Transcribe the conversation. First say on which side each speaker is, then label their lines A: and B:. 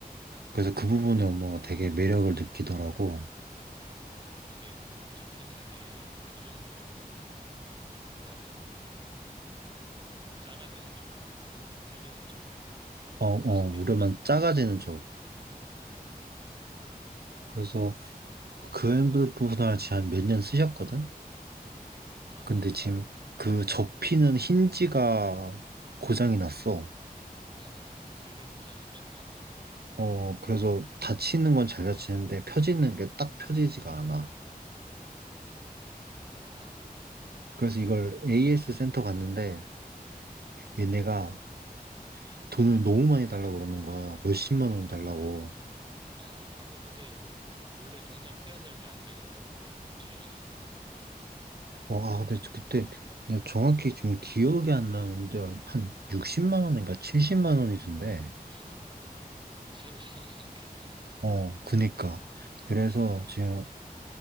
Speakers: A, on the right (about 80°); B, on the right (about 30°).
A: 그래서 그 부분에 엄마가 되게 매력을 느끼더라고.
B: 아, 맞아. 그게 접히는 게 두 종류가 있는데, 이제, 하나는, 뭐라고 그러지? 작아지는 쪽이고, 하나는 커지는 쪽이고, 막,
A: 어, 어,
B: 이렇게
A: 우려만
B: 설명.
A: 작아지는 쪽.
B: 아, 그렇구나.
A: 그래서 그 핸드폰을 지금 한 몇 년 쓰셨거든?
B: 아,
A: 근데 지금 그 접히는 힌지가 고장이 났어.
B: 아, 맞아, 맞아. 그게 고장이 좀 잘 난다고 하더라고.
A: 어, 그래서 닫히는 건 잘 닫히는데 펴지는 게 딱 펴지지가 않아.
B: 아.
A: 그래서 이걸 AS 센터 갔는데 얘네가 돈을 너무 많이 달라고 그러는 거야. 몇십만 원 달라고.
B: 아, 아니, 근데 원래 동작 해야 될 게 안 되는 건데 고쳐줘야 되는 거 아니야?
A: 어, 아, 근데 그때 내가 정확히 지금 기억이 안 나는데 한 60만 원인가 70만 원이던데.
B: 음. 그 정도면은 새로 <laughs> 사는 게 낫겠다.
A: 어, 그니까. 그래서 지금